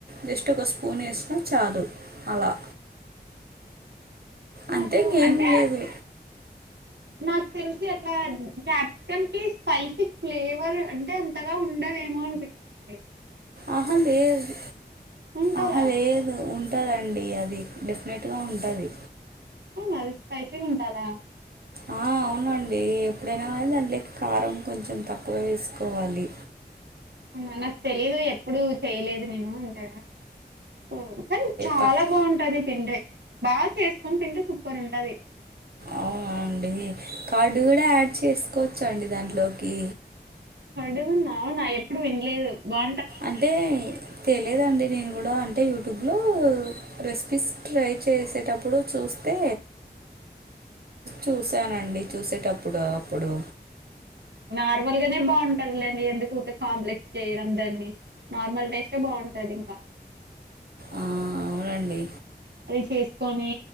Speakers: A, on the right; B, on the right.
A: జస్ట్ ఒక స్పూన్ వేసిన చాలు అలా
B: ే నాకు
A: అంతే ఇంకేం
B: అంటే
A: లేదు
B: నాకు తెలిసి అట్ల క్యాప్సికం కి స్పైసీ ఫ్లేవర్ అంటే అంటగా ఉండదేమో అనిపించింది
A: అస లేద్
B: ఉంటదా
A: అహ లేద్ అని ఉంటందండి అది డెఫినెట్గా ఉంటది
B: అవున అది స్పైసీగా ఉంటదా
A: ఆ అవునండి ఎప్పుడైనా దాంట్లోకి కారం కొంచెం తక్కువ వేసుకోవాలి
B: మనకు తెలిదు ఎప్పుడు చెయలేదు నేను ఇంక సో కానీ చాల
A: తక్
B: బాగుంటది తింటే బాగా చేసుకొని తింటే సూపర్ ఉంటది
A: అవునా అండి కార్డు కూడ యాడ్ చేసుకోవచ్చ అండి దాంట్లోకి
B: పడుగున్నావు నా ఎప్పుడు వినలేదు బా
A: అంటే తెలియదండి నేను కూడా అంటే యూట్యూబ్లో రెసిపీస్ ట్రై చేసేటప్పుడు చూస్తే చూసానండి చూసేటప్పుడు అప్పుడు
B: నార్మల్ గానే బాగుంటది లేండి ఎందుకు ఊకె కాంప్లెక్స్ చేయడం దాన్ని నార్మల్ టెస్టే బాగుంటది ఇంకా
A: ఆ, అవునండి
B: అది చేసుకొని